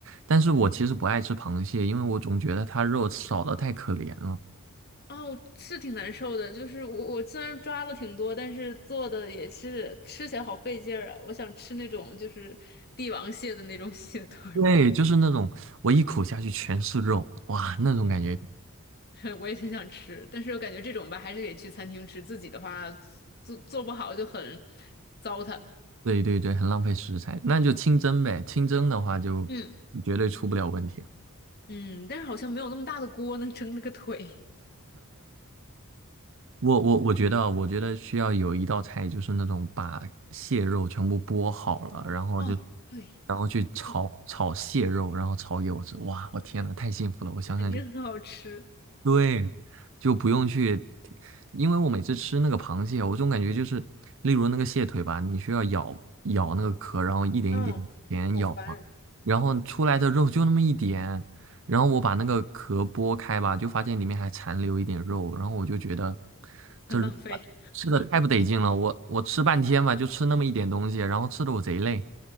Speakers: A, on the right; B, on the left.
A: 但是我其实不爱吃螃蟹，因为我总觉得它肉少的太可怜了。
B: 哦，是挺难受的，就是我我虽然抓了挺多，但是做的也是吃起来好费劲儿啊。我想吃那种就是帝王蟹的那种 <laughs> 蟹腿儿
A: 对，就是那种我一口下去全是肉，哇，那种感觉。
B: <laughs> 我也很想吃，但是我感觉这种吧，还是得去餐厅吃。自己的话，做做不好就很糟蹋。
A: 对对对，很浪费食材，那就清蒸呗。清蒸的话就
B: 嗯，
A: 绝对出不了问题。
B: 嗯，但是好像没有那么大的锅能蒸那个腿。
A: 我我我觉得啊，我觉得需要有一道菜，就是那种把蟹肉全部剥好了，然后就
B: 哦，对，
A: 然后去炒炒蟹肉，
B: 对，
A: 然后炒给我吃。哇，我天呐，太幸福了！我想想就。
B: 肯定很好吃，
A: 对，就不用去，因为我每次吃那个螃蟹，我总感觉就是，例如那个蟹腿吧，你需要咬咬那个壳，然后一点一点点咬嘛，
B: 嗯，好烦。
A: 然后出来的肉就那么一点，然后我把那个壳剥开吧，就发现里面还残留一点肉，然后我就觉得
B: 很浪费，
A: 这肉吧吃的太不得劲了，我我吃半天吧，就吃那么一点东西，然后吃的我贼累。